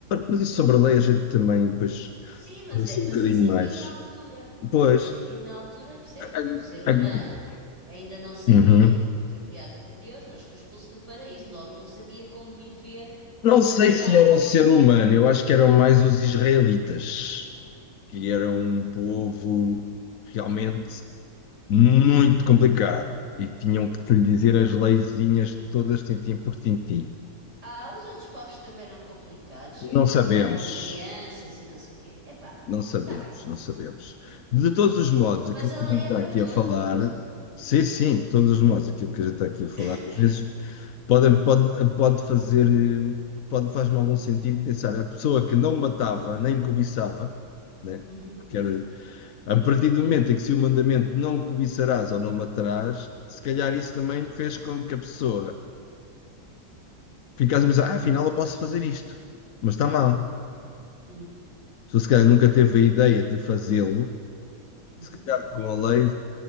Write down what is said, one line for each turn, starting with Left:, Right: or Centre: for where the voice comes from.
Left: Mas isso sobre a lei a gente também, pois,
Right: Sim, mas
Left: lança
Right: é, fazia
Left: um bocadinho
Right: sentido
Left: mais.
Right: na altura. Fazia
Left: Pois.
Right: sentido na altura, percebes?
Left: a-
Right: Porque
Left: a-
Right: o ser humano
Left: a-
Right: ainda não sabia.
Left: Uhum.
Right: Foi criado por Deus, mas foi expulso do paraíso. Logo, não sabia como viver
Left: Não
Right: em sociedade.
Left: sei se era o ser humano, eu acho que eram mais os israelitas, que eram um povo realmente muito complicado e que tinham que lhe dizer as leizinhas todas tintim por tintim.
Right: Ah, os outros povos também eram complicados. Sacrificavam
Left: Não sabemos,
Right: crianças e não sei o quê. Epá,
Left: não sabemos,
Right: tá bem.
Left: não sabemos. De todos os modos, aquilo
Right: Mas
Left: que
Right: a
Left: a gente
Right: lei
Left: está
Right: é para
Left: aqui a
Right: todos,
Left: falar,
Right: não é só para...
Left: sim, sim, de todos os modos, aquilo que a gente está aqui a falar,
Right: <coughs>
Left: às vezes. Pode, pode, pode fazer, eh, pode, faz-me algum sentido pensar, a pessoa que não matava nem cobiçava, né?
Right: Uhum,
Left: Que era, a partir do momento em que se o mandamento não cobiçarás ou não matarás, se calhar isso também fez com que a pessoa ficasse a pensar, ah, afinal eu posso fazer isto, mas está mal. A
Right: uhum,
Left: se calhar nunca teve a ideia de fazê-lo,
Right: uhum.
Left: se calhar com a lei